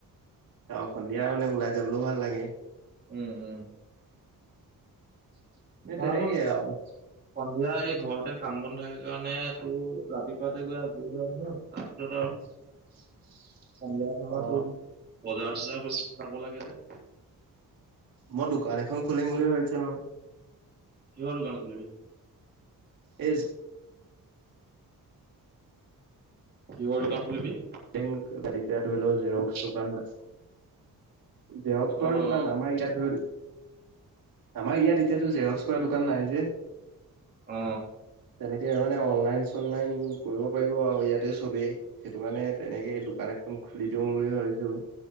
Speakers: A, on the right (about 70°); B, on the right (about 30°).
A: অ', সন্ধিয়া মানে ওলাই যাবলৈও ভাল লাগে।
B: উম', উম।
A: এই
B: মই
A: তেনেকেই
B: আকৌ
A: আৰু
B: সন্ধিয়া এই ঘৰতে কাম বন থাকে কাৰণে টো ৰাতিপুৱাতে গৈ আজৰি হৈ আহো যত <inaudible>
A: <inaudible>
B: সন্ধিয়া সময়তটোৰ,
A: অ
B: বজাৰ-চজাৰ কৰিব যাব লাগে যে
A: মই দোকান এখন খুলিম বুলি ভাবিছোঁ নহয়।
B: কিহৰ দোকান খুলিবি?
A: এই যে
B: কিহৰ দোকান খুলিবি?
A: দিম বাট এতিয়া ধৰি ল জেৰক্স দোকান নাছিল। জেৰক্স কৰাটো
B: অ অ
A: দোকান আমাৰ ইয়াত ধৰি, আমাৰ ইয়াত এতিয়াতো জেৰক্স কৰা দোকান নাই যে।
B: অ
A: তেনেকে মানে অনলাইন অনলাইন কৰিব পাৰিব আৰু ইয়াতে চবেই, সেইটো কাৰণে তেনেকে দোকান এখন খুলি দিওঁ বুলি ভাবিছো।